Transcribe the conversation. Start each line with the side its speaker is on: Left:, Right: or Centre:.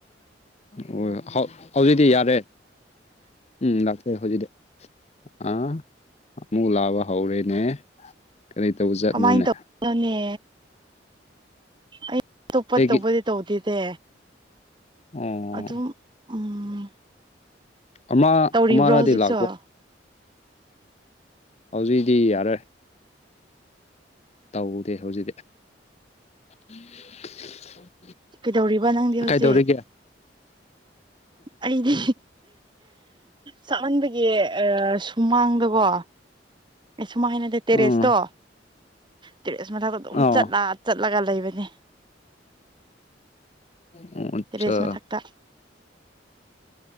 Left: ꯍꯣꯏ ꯍꯧ ꯍꯧꯖꯤꯛꯇꯤ ꯌꯥꯔꯦ ꯎꯝ ꯂꯥꯛꯇꯦ ꯍꯧꯖꯤꯛꯇꯤ ꯑꯥ ꯑꯃꯨꯛ ꯂꯥꯕ ꯍꯧꯔꯦꯅꯦ ꯀꯔꯤ ꯇꯧꯖꯥꯠꯅꯣꯅꯦ
Right: ꯀꯃꯥꯏꯅ ꯇꯧꯕꯅꯣꯅꯦ ꯑꯩ ꯇꯣꯞꯄ
Left: ꯑꯩꯒꯤ
Right: ꯇꯧꯕꯗꯤ ꯇꯧꯗꯦꯇꯦ
Left: ꯑꯣ
Right: ꯑꯗꯨꯝ ꯎꯝ
Left: ꯑꯃ
Right: ꯇꯧꯔꯤꯕ꯭ꯔꯣ
Left: ꯑꯃꯔꯗꯤ
Right: ꯍꯧꯖꯤꯛꯁꯨ
Left: ꯂꯥꯛꯄ꯭ꯔꯣ
Right: ꯑꯣ
Left: ꯍꯧꯖꯤꯛꯗꯤ ꯌꯥꯔꯦ ꯇꯧꯗꯦ ꯍꯧꯖꯤꯛꯇꯤ <inaudible>
Right: ꯀꯩꯗꯧꯔꯤꯕ ꯅꯪꯗꯤ ꯍꯧꯖꯤꯛ
Left: ꯀꯩꯗꯧꯔꯤꯒꯦ
Right: ꯑꯩꯗꯤ ꯆꯥꯛꯃꯟꯕꯒꯤ ꯁꯨꯃꯥꯡꯗꯀꯣ <unintelligible> ꯇꯦꯔꯦꯁꯇꯣ
Left: ꯎꯝ
Right: ꯇꯦꯔꯦꯁ ꯃꯊꯛꯇ ꯗꯨꯝ
Left: ꯑꯥꯎ
Right: ꯆꯠꯂꯥ ꯆꯠꯂꯒ ꯂꯩꯕꯅꯦ
Left: ꯑꯣ ꯑꯆꯥ
Right: ꯇꯦꯔꯦꯁ ꯃꯊꯛꯇ